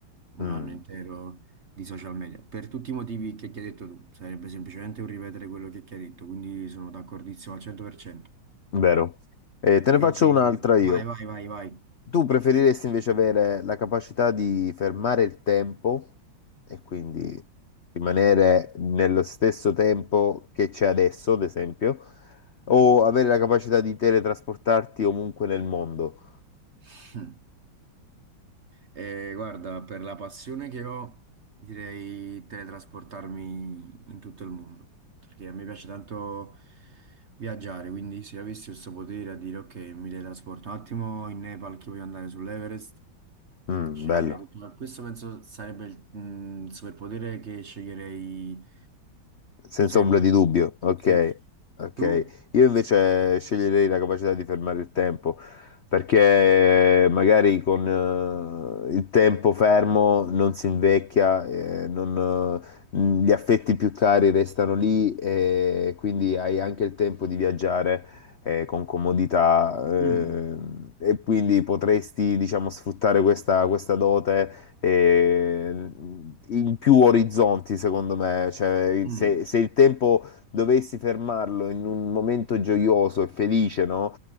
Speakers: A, on the right; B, on the left.
A: un
B: Mm,
A: anno intero di social media per tutti i motivi che ti hai detto tu, sarebbe semplicemente un ripetere quello che ti hai detto, quindi sono d'accordissimo al 100%.
B: vero. Eh, te ne faccio
A: E-
B: un'altra io.
A: Vai, vai, vai, vai.
B: Tu preferiresti invece avere la capacità di fermare il tempo e quindi rimanere nello stesso tempo che c'è adesso, ad esempio, o avere la capacità di teletrasportarti ovunque nel mondo?
A: <laughs> <clears throat> Eh, guarda, per la passione che ho, direi teletrasportarmi in tutto il mondo, perché a me piace tanto viaggiare, quindi se avessi questo potere a dire ok, mi teletrasporto un attimo in Nepal che voglio andare sull'Everest,
B: Mm,
A: sceglierei
B: bello.
A: tutto. Ma Questo penso sarebbe il mm, superpotere che sceglierei
B: Senza
A: sempre.
B: ombra di dubbio, ok,
A: Sì.
B: ok.
A: Tu?
B: Io invece sceglierei la capacità di fermare il tempo, perché magari con eh, il tempo fermo non si invecchia, eh, non, eh, mh, gli affetti più cari restano lì e quindi hai anche il tempo di viaggiare eh, con comodità eh,
A: Mm,
B: e quindi potresti, diciamo, sfruttare questa, questa dote eh, in più orizzonti, secondo me. Cioè,
A: mm,
B: se, se il tempo dovessi fermarlo in un momento gioioso e felice, no?